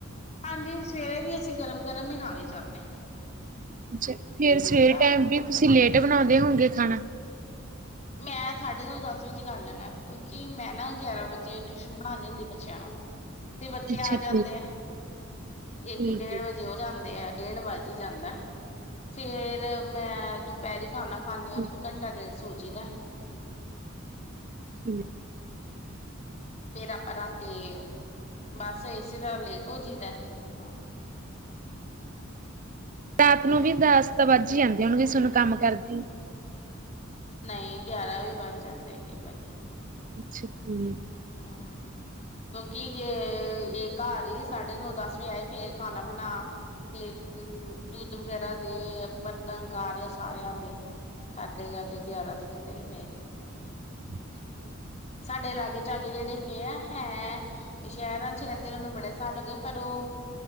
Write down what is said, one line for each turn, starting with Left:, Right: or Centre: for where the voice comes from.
Left: ਹਾਂਜੀ ਸਵੇਰੇ ਵੀ ਅਸੀਂ ਗਰਮ ਗਰਮ ਹੀ ਖਾਣੀ ਸਭ ਨੇ।
Right: ਅੱਛਾ ਫੇਰ ਸਵੇਰੇ
Left: ਸਭ
Right: ਟਾਈਮ ਵੀ ਤੁਸੀਂ ਲੇਟ ਬਣਾਉਂਦੇ ਹੋਗੇ ਖਾਣਾ।
Left: ਮੈਂ ਸਾਡੇ ਤੋਂ ਦਸ ਵਜੇ ਕਰ ਲੈਦਾ ਕਿਉਂਕਿ ਮੈਂ ਨਾ ਗਿਆਰਾਂ ਵਜੇ ਟਿਊਸ਼ਨ ਪੜਾਉਂਦੀ ਹੁੰਦੀ ਬੱਚਿਆਂ ਨੂੰ ਤੇ ਬੱਚੇ
Right: ਅੱਛਾ
Left: ਆ
Right: ਠੀਕ
Left: ਜਾਂਦੇ ਆ
Right: ਠੀਕ
Left: ਇੱਕ ਡੇਢ
Right: ਹੈ
Left: ਵਜੇ ਉਹ ਜਾਂਦੇ ਆ ਡੇਢ ਵੱਜ। ਜੀ ਜਾਂਦਾ ਫੇਰ ਮੈਂ ਦੁਪਹਿਰੀ ਖਾਨਾ ਖਾਂਦੀ ਹਾਂ
Right: ਠੀਕ
Left: ਫੇਰ ਘੰਟਾ ਡੇਢ ਸੌ। ਜੀ ਦਾ
Right: ਠੀਕ
Left: ਫੇਰ ਆਪਾਂ ਰਾਤੀ ਬਸ ਇਸੇ ਤਰ੍ਹਾਂ ਲੇਟ ਹੋ ਜਈਦਾ ਹਾਂ।
Right: ਰਾਤ ਨੂੰ ਵੀ ਦਸ ਤਾਂ ਵਜ ਈ ਜਾਂਦੀ ਹੋਣਗੇ ਸੋਨੂੰ ਕੰਮ ਕਰਦੀ।
Left: ਨਹੀਂ ਗਿਆਰਾਂ ਵੀ ਵੱਜ ਜਾਂਦੇ ਏ ਕਈ ਵਾਰੀ।
Right: ਅੱਛਾ ਜੀ।
Left: ਹਾਂ। ਕਿਉਂਕਿ ਜੇ ਇਹ ਘਰ ਹੀ ਸਾਡੇ ਨੂੰ ਦਸ ਵਜੇ ਆਏ ਫੇਰ ਖਾਣਾ ਬਣਾ ਤੇ ਅ ਦੁੱਧ ਵਗੈਰਾ ਦੇ ਬਰਤਨ ਕਰ ਸਾਰਿਆਂ ਦੇ। ਕਰਦੇ ਕਰਦੇ ਗਿਆਰਾਂ ਤਾਂ ਕਿਤੇ ਨਹੀਂ ਪਏ ਆਂ।
Right: <unintelligible>
Left: ਸਾਡੇ ਲਾਗੇ। ਸਾਡੇ ਜਿਹੜੇ ਹੈਗੇ ਆ ਹੈ ਸ਼ਹਿਰਾਂ 'ਚ ਰਹਿੰਦੇ ਉਹ ਨੂੰ ਬੜੇ ਸਾਲ ਹੋ ਗਏ ਪਰ ਉਹ।